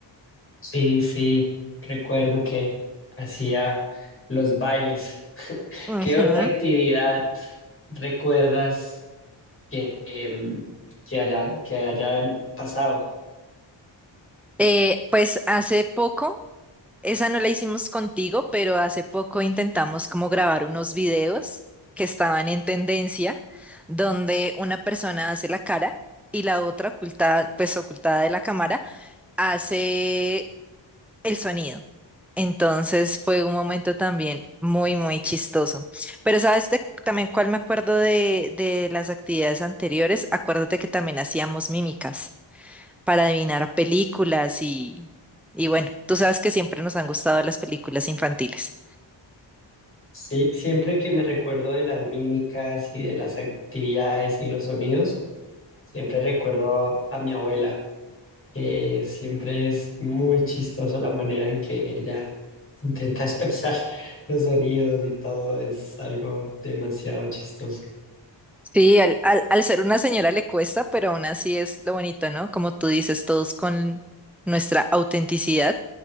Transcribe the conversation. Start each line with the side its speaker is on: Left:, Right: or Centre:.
Left: Sí, sí, recuerdo que hacía los bailes.
Centre: Ujú.
Left: ¿Qué otra actividad recuerdas que, em, que haya, que hayan pasado?
Centre: Eh, pues hace poco, esa no la hicimos contigo, pero hace poco intentamos como grabar unos videos que estaban en tendencia, donde una persona hace la cara y la otra ocultada, pues ocultada de la cámara, hace el sonido. Entonces fue un momento también muy, muy chistoso. Pero sabes de- también cuál me acuerdo de, de las actividades anteriores. Acuérdate que también hacíamos mímicas para adivinar películas y, y bueno, tú sabes que siempre nos han gustado las películas infantiles.
Left: Sí, siempre que me recuerdo de las mímicas y de las actividades y los sonidos, siempre recuerdo a mi abuela, que siempre es muy chistoso la manera en que ella intenta expresar <laughs> los sonidos y todo, es algo demasiado chistoso.
Centre: Sí, al, al, al ser una señora le cuesta, pero aún así es lo bonito, ¿no? Como tú dices, todos con nuestra autenticidad.